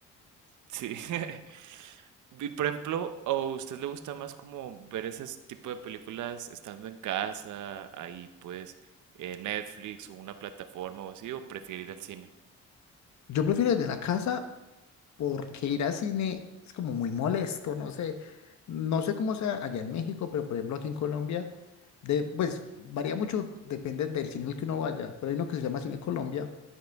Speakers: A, on the right; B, on the left.
A: Sí. <laughs> Y por ejemplo, ¿o usted le gusta más como ver ese tipo de películas estando en casa, ahí pues eh, Netflix o una plataforma o así, o prefiere ir al cine?
B: Yo prefiero desde la casa porque ir al cine es como muy molesto, no sé. No sé cómo sea allá en México, pero por ejemplo aquí en Colombia, de, pues varía mucho, depende del cine al que uno vaya, pero hay uno que se llama Cine Colombia,